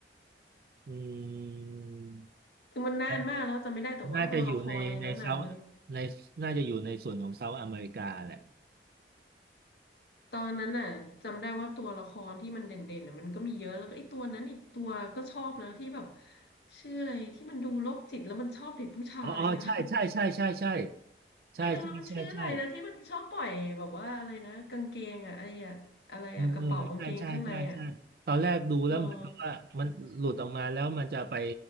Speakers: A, on the right (about 55°); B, on the left (about 70°).
A: อืม
B: คือมันนานมากแล้วจำไม่ได้แต่ว่าตัวละครในนั้นน่ะมัน
A: น่าน่าจะอยู่ในในเซาในน่าจะอยู่ในส่วนของเซาท์อเมริกาแหละ
B: ตอนนั้นน่ะจำได้ว่าตัวละครที่มันเด่นๆน่ะมันก็มีเยอะแล้วก็ไอ้ตัวนั้นอีกตัวก็ชอบนะที่แบบชื่ออะไรที่มันดูโรคจิตแล้วมันชอบเด็กผู้ชายอะ
A: อ๋ออ๋อใช่ใช่ใช่ใช่ใช่ใช่ใช่ใช่ใช่
B: ไอ้ตรงนั้นมันชื่ออะไรนะที่มันชอบปล่อยแบบว่าอะไรนะกางเกงอะไอ้อะอะไรอะกระเป๋ากางเกงข้างในอะ
A: เออเออใช่ใช่ใช่ใช่ตอนแรกดูแล้วเหมือนกับว่ามันหลุดออกมาแล้วมันจะไป
B: เออ